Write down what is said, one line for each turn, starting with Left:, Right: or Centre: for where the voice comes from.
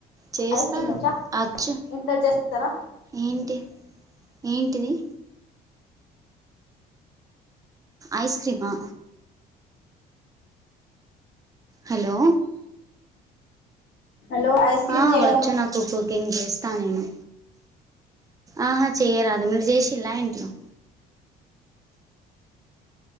Right: చేస్తా
Left: ఐస్ క్రీమ్ వచ్చా
Right: అచ్చు
Left: ఇంట్లో చేస్తారా
Right: ఏంటి ఏంటిది ఐస్ క్రీమా హలో
Left: హలో ఐస్ క్రీమ్
Right: ఆ
Left: చేయడం
Right: వచ్చు
Left: వచ్చా
Right: నాకు కుక్ కింగ్ చేస్తా నేను ఆహా చెయరాదు మీరు చేసిలా ఇంట్లో
Left: అ